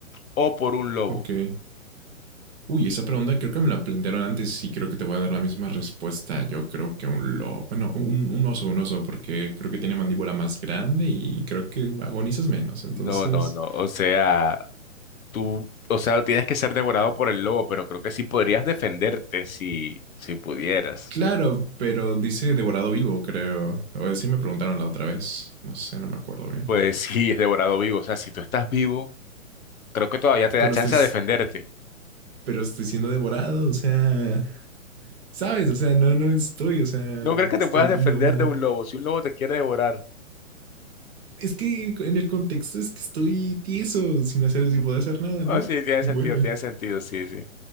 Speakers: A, on the left; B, on the right.
A: o por un lobo.
B: Ok. Uy, esa pregunta creo que me la plantearon antes y creo que te voy a dar la misma respuesta. Yo creo que un lo, no, un, un oso, un oso, porque creo que tiene mandíbula más grande y creo que agonizas menos. Entonces,
A: No, no, no, o sea, tú, o sea, tienes que ser devorado por el lobo, pero creo que sí podrías defenderte si, si pudieras.
B: claro, pero dice devorado vivo, creo. O así me preguntaron la otra vez. No sé, no me acuerdo bien.
A: Pues <laughs> sí, es devorado vivo, o sea, si tú estás vivo, creo que todavía te da
B: Pero
A: chance
B: estoy,
A: a defenderte.
B: pero estoy siendo devorado, o sea, sabes, o sea, no, no estoy, o sea,
A: ¿No crees que
B: estoy,
A: te puedas defender
B: no, mu-
A: de un lobo si un lobo te quiere devorar?
B: es que en el contexto es que estoy tieso, sin hacer, sin poder hacer nada, ¿no?
A: Ah, sí, tiene
B: Bueno.
A: sentido, tiene sentido, sí, sí.